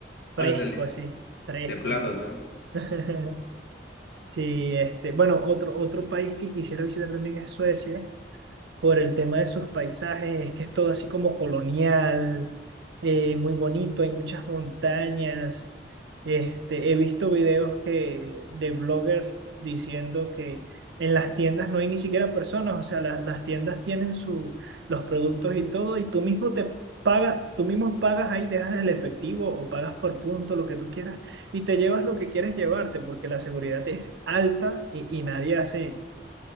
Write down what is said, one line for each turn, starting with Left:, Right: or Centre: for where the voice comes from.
Right: fresco
Left: Ándale,
Right: así, fresco,
Left: templado,
Right: ¿no?
Left: ¿no?
Right: <laughs> Sí, este, bueno, otro, otro país que quisiera visitar también es Suecia. por el tema de sus paisajes, es que es todo así como colonial, eh, muy bonito, hay muchas montañas. Este, he visto videos que, de bloggers diciendo que en las tiendas no hay ni siquiera personas, o sea, la- las tiendas tienen su, los productos y todo, y tú mismo te pagas, tú mismo pagas ahí, dejas el efectivo o pagas por punto, lo que tú quieras, y te llevas lo que quieres llevarte, porque la seguridad es alta y, y nadie hace